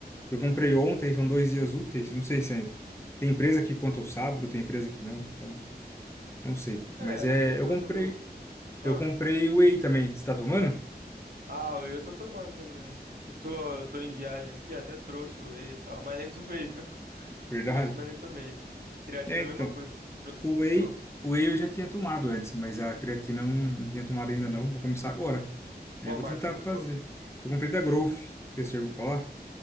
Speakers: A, on the left (about 15°); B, on the right (about 60°).
A: Eu comprei ontem, são dois dias úteis. Não sei se é. Tem empresa que conta o sábado, tem empresa que não. Então, não sei. Mas
B: É,
A: é.
B: eu tô.
A: Eu comprei.
B: Ah,
A: Eu comprei whey também. Você tá tomando?
B: ah, o whey eu tô tomando também. Eu tô, eu tô em viagem aqui, até trouxe o whey e tal, mas nem tomei, viu? <laughs>
A: Verdade.
B: Trouxe, mas nem tomei. Creatina
A: É,
B: é
A: então.
B: a mesma coisa, trouxe,
A: O
B: não tomei
A: whey,
B: não.
A: o whey eu já tinha tomado antes, mas a creatina eu não, não tinha tomado ainda não. Vou começar agora. É,
B: Qual
A: eu vou
B: marca
A: tentar
B: você pegou?
A: fazer. Eu comprei da Growth, que você ouviu falar?